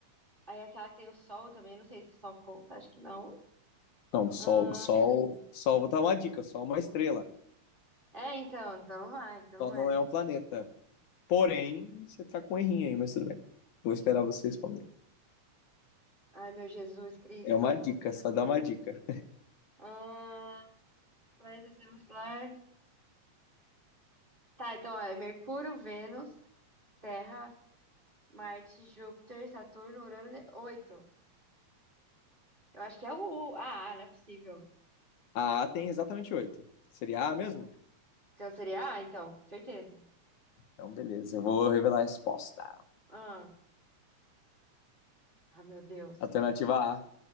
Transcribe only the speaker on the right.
Aí aquela que tem o Sol também, não sei se o Sol conta, acho que não.
Ah,
é, então, então não vai, então não
é.
Ai, meu Jesus Cristo.
Ah, os planetas do sistema solar. Tá, então ó, é Mercúrio, Vênus, Terra, Marte, Júpiter, Saturno, Urano, ne- oito. Eu acho que é o, o A, não é possível.
Então seria A, então, certeza.
Ah, ah, meu Deus.